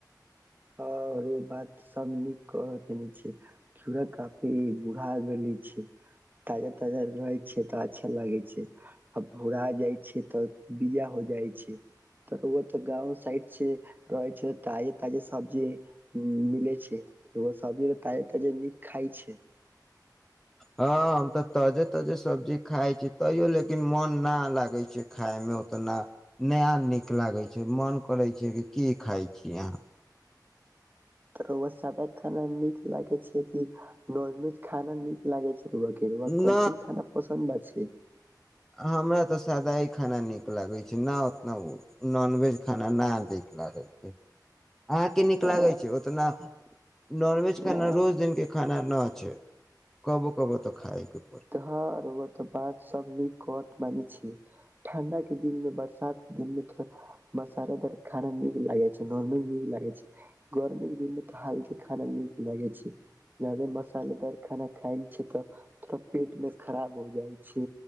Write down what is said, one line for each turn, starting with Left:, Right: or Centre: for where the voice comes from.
Right: आर ओ बात सब नीक कह देने छै घिउरा काफी बूढ़ा गेली छै ताजा ताजा रहै छै तऽ अच्छा लागे छै आ भूरा जाइ छै तऽ बिया हो जाइ छै तऽ रउआ तऽ गाँंव सइड से रहै छै ताजे ताजे सब्जी मिले छै रउआ सब्जी तऽ ताजे ताजे नीक खइ छै
Centre: हँ तऽ ताजे ताजे सब्जी खाइ छी तैयो लेकिन लेकिन मोन नहि लागैत छै खायमे उतना नया नीक लागैत छै मन करैत छै कि की खाइत छी अहाँ
Right: तऽ रउआ सादा खाना नीक लागे छै कि नाॅनवेज खाना नीक लागे छै रउआ के रउआ कयसन
Centre: न
Right: खाना पसन्द आ छै
Centre: हमरा तऽ सादाइ खाना नीक लागै छै न ओतना उ नॉनवेज खाना न दिक लागै छै अहाँके नीक
Right: आ
Centre: लागै छै ओतना नॉनवेज
Right: ना
Centre: आना रोज दिन के खाना ना छै कबो कबो तऽ खायके
Right: हँ रौआ बात सब नीक कत मानि छी ठण्डा के दिनमे बरसात के दिन मे थोड़ा मसालेदार खाना नीक लागे छै नॉर्ल नीक लागे छै गर्मी के दिन में तो हलके खाना नीक लागे छै जादे मसालेदार खाना खायल छै तऽ थोड़ा पेट मे खराब हो जाय छै